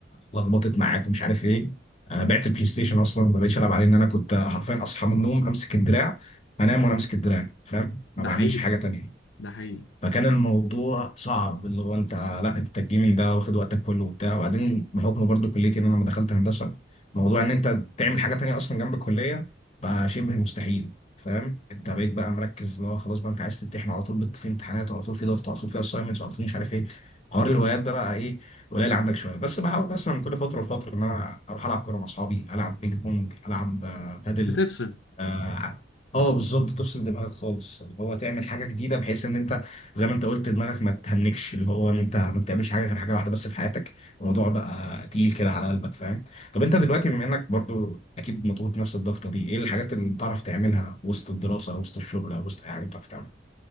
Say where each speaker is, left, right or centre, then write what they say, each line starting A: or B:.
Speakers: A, on the left; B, on the left.
A: لخبطت معاك ومش عارف ايه آه، بعت البلاي ستيشن اصلا ما بقتش العب عليه ان انا كنت حرفيا اصحى من النوم امسك الدراع انام وانا امسك الدراع فاهم ما
B: ده
A: بعملش
B: حقيقي
A: حاجه تانية
B: ده حقيقي
A: فكان الموضوع صعب اللي هو انت لا انت الجيمنج ده واخد وقتك كله وبتاع وبعدين بحكم برضو كليتي ان انا لما دخلت هندسه موضوع ان انت تعمل حاجه تانية اصلا جنب الكليه بقى شبه مستحيل فاهم انت بقيت بقى مركز اللي هو خلاص بقى انت عايز تمتحن على طول بت- في امتحانات وعلى طول في ضغط وعلى طول في اساينمنتس وعلى طول مش عارف ايه حوار الهوايات ده بقى ايه قليل عندك شويه بس بحاول مثلا من كل فتره لفتره ان انا اروح العب كوره مع اصحابي العب بينج بونج العب آه، بادل
B: بتفصل
A: اه آه، آه، بالظبط تفصل دماغك خالص اللي هو تعمل حاجه جديده بحيث ان انت زي ما انت قلت دماغك ما تهنكش اللي هو ان انت ما بتعملش حاجه غير حاجه واحده بس في حياتك الموضوع بقى تقيل كده على قلبك فاهم طب انت دلوقتي بما انك برضو اكيد مضغوط نفس الضغطه دي ايه الحاجات اللي بتعرف تعملها وسط الدراسه او وسط الشغل او وسط اي حاجه بتعرف تعملها